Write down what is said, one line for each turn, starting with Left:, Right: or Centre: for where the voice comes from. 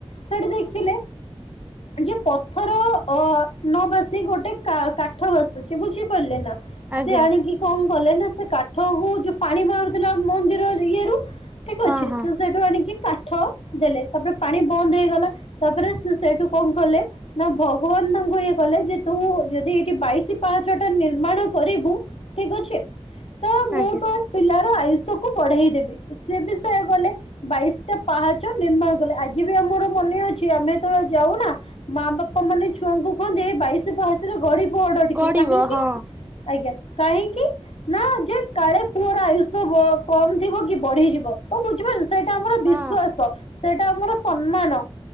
Left: ସେଠି ଦେଖିଲେ। ଯେ ପଥର ଅ ନ ଭାସି ଗୋଟେ କା-କାଠ ଭାସୁଛି ବୁଝିପାରିଲେ ନା।
Right: ଆଜ୍ଞା
Left: ସେ ଆଣିକି କଣ କଲେ ନା ସେ କାଠ ହଉ ଯୋଉ ପାଣି ବାହାରୁଥିଲା ମନ୍ଦିର ଇଏରୁୁ। ଠିକ
Right: ହଁ
Left: ଅଛି
Right: ହଁ
Left: ସେ ସେଠୁ ଆଣିକି କା ଡ଼ ଦେଲେ ତାପରେ ପାଣି ବନ୍ଦ ହେଇଗଲା ତାପରେ ସେ ସେଇଠୁ କଣ କଲେ ନା ଭଗବାନ ତା କୁ ଇଏ କଲେ ଯେ ତୁ ଯଦି ଏଇଠି ବାଇଶି ପାହାଚ ଟା ନିର୍ମାଣ କରିବୁ ଠିକ ଅଛି। ତ ମୁଁ
Right: ଆଜ୍ଞା
Left: ତୋ ପିଲାର ଆୟୁଷ କୁ ବଢେଇ ଦେବି ସେ ବି ସେୟା କଲେ ବାଇଶ ଟା ପାହାଚ ନିର୍ମାଣ କଲେ ଆଜି ବି ଆମର ମନେ ଅଛି ଆମେ ଯେତେବେଳେ ଯା ଉଁ ନା ମା ବାପା ମାନେ ଛୁଆଙ୍କୁ କୁହନ୍ତି ଏ ବାଇଶ ପାସରେ ଗଡି ପଡ ଟିକେ
Right: ଗଡିବ
Left: କାହିଁକି।
Right: ହଁ
Left: ଆଜ୍ଞା କାହିଁକି ନା ଯେ କାଳେ ପୁଅର ଆୟୁଷ ବ କମ ଥିବ କି ବଢିଯି ବ ତ ବୁଝିପାରୁଛ ସେଇଟା ଆମର ବିଶ୍ଵାସ
Right: ହଁ
Left: ସେଇଟା ଆମର ସନ୍ମାନ।